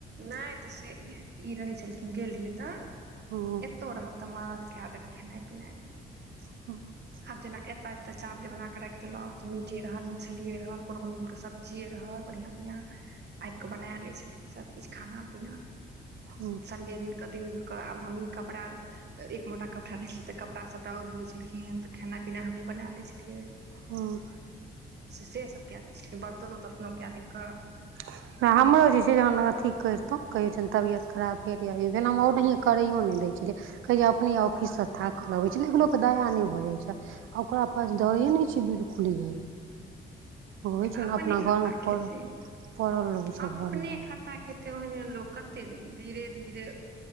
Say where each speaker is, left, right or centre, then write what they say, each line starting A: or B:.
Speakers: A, on the right (about 55°); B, on the right (about 70°).
A: नै तऽ से ई ई रहै छेलखिन गेल रहियै तऽ
B: <unintelligible>
A: तौ रहब तऽ मदद कै देत खेनाइ पिनाइ में
B: <unintelligible>
A: आब जेना एतय एते चावले बना केँ राइख देल तऽ मीटे रहल मछलिए रहल कोनो कोनो सब जी रहब बढ़िआँ बढ़िआँ आइब कऽ बना लै छलखिन सभ किछ खाना पीना
B: हूँ
A: संडे दिन कऽ दिन कऽ आब हमही कपड़ा एक मोटा कपड़ा रहै छलै तऽ कपड़ा सपड़ा ओ धोइ छलखिन तऽ खाना पीना हमही बना लै छलियै
B: हऽ
A: से सब कए दै छै बर्तनो तर्तनो कै दिन कऽ
B: <unintelligible> हमरो जे छै जहन अथी करितहुँ कहिछैन तबियत खराब भेल या ई भेल हम ओनहिए करैयो नै दै छेलियै कहे अपने ऑफिस से थाक लबै छै एक लोक दया नै भऽ जाइत छै आ ओकरा पास दायै नै छै बिल्कुल यै होइ छै
A: आपने
B: ने अपना
A: खत्ता
B: घरमे
A: खेतेय
B: पड़ल पड़ल
A: <inaudible>
B: रहै छै
A: अपने
B: घरमे
A: खत्ता खेतैय तोहिने लोक कत्ते दिन धीेरे धीरे